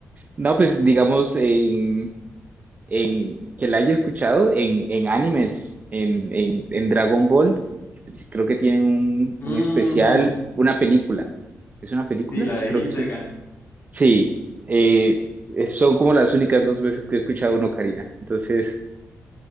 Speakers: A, on the right; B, on the left.
A: No, pues digamos en, en que la haya escuchado en, en animes, en, en, en Dragon Ball, creo que tienen un,
B: Ujú.
A: un especial, una película. ¿Es una película?
B: Sí, la
A: Sí,
B: de
A: creo
B: Hildegard.
A: que es Sí, eh, es- son como las únicas dos veces que he escuchado una ocarina. Entonces,